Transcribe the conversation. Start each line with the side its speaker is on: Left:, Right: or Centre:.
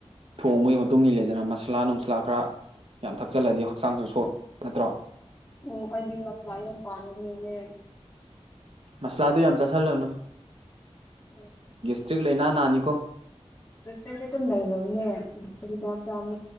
Right: ꯊꯣꯡꯕꯒꯤ ꯃꯇꯨꯡ ꯏꯜꯂꯦꯗꯅ ꯃꯁꯥꯂꯥ ꯅꯨꯡꯁꯥꯂꯥ ꯈꯔ ꯌꯥꯝ ꯊꯛꯆꯜꯂꯗꯤ ꯍꯛꯆꯥꯡꯁꯨ ꯁꯣꯏ ꯅꯠꯇ꯭ꯔꯣ
Left: ꯑꯣ ꯑꯩꯗꯤ ꯃꯁꯂꯅ ꯄꯥ ꯂꯣ ꯃꯤꯅꯦ
Right: ꯃꯁꯂꯥꯗꯨ ꯌꯥꯝ ꯆꯥꯁꯤꯜꯂꯅꯨ
Left: ꯎꯝ
Right: ꯏꯁꯇ꯭ꯔꯤꯛ ꯂꯥꯏꯅꯥ ꯅꯥꯅꯤꯀꯣ
Left: ꯁꯇꯗꯤ ꯑꯗꯨꯝ ꯂꯩꯔꯕꯅꯦ ꯍꯤꯗꯥꯛ ꯆꯥ